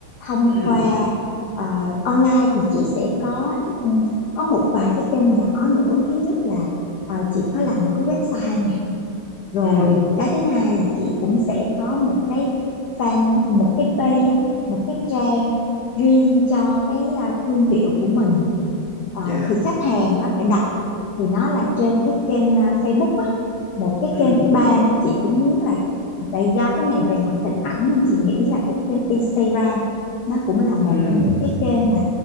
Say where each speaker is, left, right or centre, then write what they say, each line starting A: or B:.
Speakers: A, on the left; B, on the left.
A: thông
B: Ừ,
A: qua ờ, online thì chị sẽ có ừ, có một vài cái kênh nhỏ nữa thứ nhất là ờ, chị có làm một cái website nè, rồi
B: ừ,
A: cái thứ hai là chị cũng sẽ có một cái fan một cái page á, một cái trang riêng cho cái à, thương hiệu của mình Ờ,
B: dạ.
A: thì khách hàng có thể đặt thì nó là trên cái kênh à, Facebook á một cái
B: Ừ,
A: kênh thứ ba nữa chị cũng muốn là tại do cái này về mặt hình ảnh nên chị nghĩ là cái kênh Instagram nó cũng là một
B: ừ,
A: trong những cái kênh mà